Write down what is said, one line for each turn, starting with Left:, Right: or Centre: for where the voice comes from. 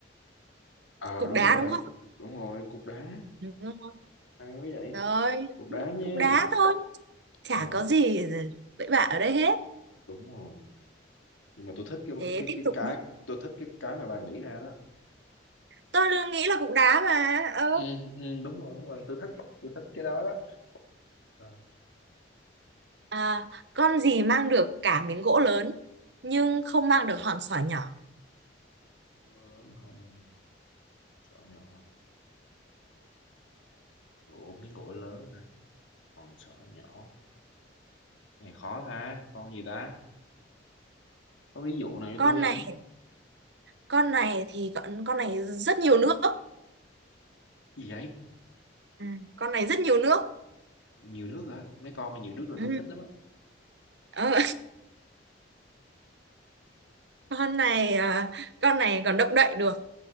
Left: ờ
Right: Cục
Left: đúng
Right: đá
Left: rồi
Right: đúng không?
Left: đúng rồi cục đá
Right: Đúng rồi.
Left: hay quá vậy
Right: Rồi,
Left: cục đá nha
Right: cục đá thôi, chả
Left: ờ
Right: có gì ừ, bậy bạ ở đây hết.
Left: đúng rồi nhưng mà tôi thích cái
Right: Thế
Left: cái
Right: tiếp
Left: cái
Right: tục
Left: cái
Right: nhé.
Left: tôi thích cái cái mà bà nghĩ ra đó
Right: Tôi nghĩ là cục đá mà. Ờ.
Left: ừ, ừ, đúng rồi đúng rồi tôi thích tôi thích cái đó đó Ờ,
Right: À, con gì mang được cả miếng gỗ lớn nhưng không mang được hòn sỏi nhỏ.
Left: Miếng gỗ lớn không mà sọ nhỏ hả? gỗ miếng gỗ lớn hả con sỏi nhỏ này khó ta con gì ta có ví dụ nào cho
Right: Con
Left: tôi không
Right: này, con này thì con con này rất nhiều nước.
Left: gì vậy
Right: À, con này rất nhiều nước
Left: nhiều nước hả mấy con mà nhiều nước rồi
Right: ừ.
Left: tôi thích lắm á
Right: ờ, <laughs> con này à, con này còn động đậy được